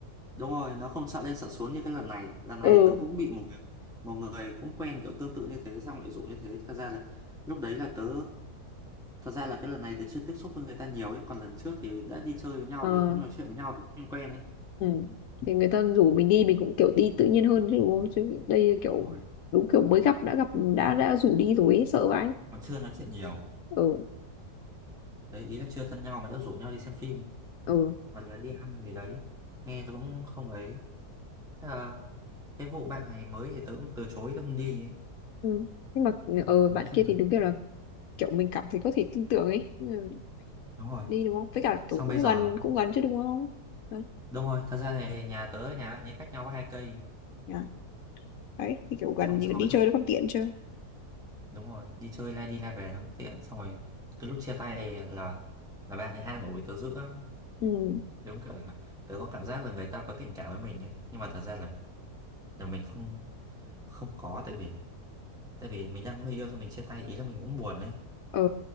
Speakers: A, in the centre; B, on the left (about 65°).
A: Đúng rồi, nó không sợ lên sợ xuống như cái lần này. Lần này
B: ừ
A: tớ cũng bị một một người cũng quen kiểu tương tự như thế xong lại rủ như thế. Thật ra là lúc đấy là tớ thật ra là cái lần này tớ chưa tiếp xúc với người ta nhiều ấy, còn lần trước thì đã đi chơi với nhau
B: ờ
A: rồi, cũng nói chuyện với nhau thì cũng quen ấy.
B: ừ. thì người ta rủ mình đi mình cũng kiểu đi tự nhiên hơn chứ đúng không chứ đây kiểu
A: Đúng rồi.
B: đúng kiểu mới gặp đã gặp đã đã rủ đi rồi ấy, sợ vãi
A: Còn chưa nói chuyện nhiều.
B: ừ
A: Đấy, ý là chưa thân nhau mà đã rủ nhau đi xem phim
B: ừ
A: hoặc là đi ăn gì đấy. Nghe tớ cũng không ấy. Thế là cái vụ bạn này mới thì tớ cũng từ chối tớ không đi ấy.
B: ừ. nhưng mà ờ
A: Đó,
B: bạn
A: nói chung
B: kia thì
A: là
B: đúng kiểu là kiểu mình cảm thấy có thể tin tưởng ấy Nhưng mà
A: đúng rồi.
B: đi đúng không với cả
A: Xong
B: kiểu cũng
A: bây giờ
B: gần cũng gần chứ đúng không đấy,
A: đúng rồi, thật ra thì nhà tớ và nhà bạn ấy cách nhau có hai cây
B: yeah. đấy thì kiểu gần
A: xong so
B: thì đi
A: với lúc
B: chơi nó còn tiện chứ
A: đúng rồi đi chơi lai đi lai về nó cũng tiện xong rồi cái lúc chia tay thì là là bạn ấy an ủi tớ dữ lắm
B: ừ
A: đúng kiểu là tớ có cảm giác là người ta có tình cảm với mình ấy nhưng mà thật ra là là mình không không có tại vì tại vì mình đang có người yêu xong mình chia tay ý là mình cũng buồn ấy
B: ờ